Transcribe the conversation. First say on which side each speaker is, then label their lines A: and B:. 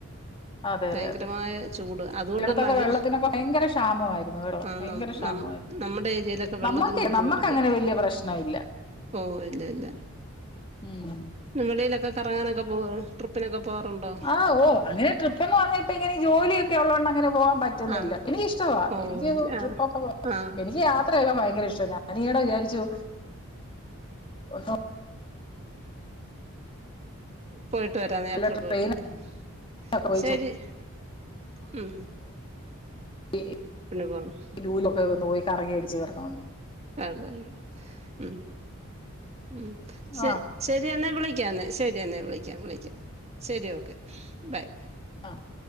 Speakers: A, on the left; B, on the right.
A: അതെ
B: ഭയങ്കരമായ
A: അതെ അതെ
B: ചൂട് അതുകൊണ്ട്
A: ചിലയിടത്തൊക്കെ
B: മഴെ
A: വെള്ളത്തിനൊക്കെ ഭയങ്കര ക്ഷാമമായിരുന്നു കേട്ടോ
B: ആന്നാന്ന്
A: ഭയങ്കര ക്ഷാമമായിരുന്നു
B: ന നമ്മുടെ ഏരിയേലൊക്കെ വെള്ളത്തിന്
A: നമ്മക്ക്
B: ബുദ്ധിമുട്ടില്ല.
A: നമ്മക്ക് അങ്ങനെ വലിയ പ്രശ്നമില്ല
B: ഓഹ് ഇല്ലില്ല
A: ഉം
B: ഉം വെളിയിലൊക്കെ കറങ്ങാനൊക്കെ പോവേ ട്രിപ്പിനൊക്ക പോവാറുണ്ടൊ
A: ആഹ് ഓഹ് അങ്ങനെ ട്രിപ്പ് എന്ന് പറഞ്ഞപ്പോ ഇങ്ങനീ ജോലി ഒക്കെ ഉള്ളോണ്ടങ്ങനെ പോവാൻ പ റ്റുന്നില്ല.
B: ആഹ്
A: എനിക്ക് ഇഷ്ടവാ
B: ഓഹ്
A: എനിക്ക് ട്രിപ്പൊക്കെ
B: ആഹ്
A: പോവാൻ
B: ആഹ്
A: എനി ക്ക് യാത്രയക്കെ ഭയങ്കര ഇഷ്ടവ ഞാനീയടെ വിചാരിച്ചു ഒന്ന്
B: പോയിട്ട് വരാന്ന്. യാത്ര
A: വല്ല ട്രെയിനിലൊക്കെ
B: പോയിട്ട് വരാന്ന്
A: പോയി
B: ശെരി മ്
A: ഈ
B: പോവാന്ന്
A: ലൂലൊക്കെ ഒന്ന് പോയി കറങ്ങി അടിച്ച് വരണമെന്ന്.
B: അതെ ഉം ഉം ശ
A: ആ
B: ശരി എന്നെ വിളി ക്കാം. എന്നാൽ ശരി എന്നാൽ വിളിക്കാം. വിളിക്കാം ശെരി ഓക്കെ ബൈ.
A: ആഹ്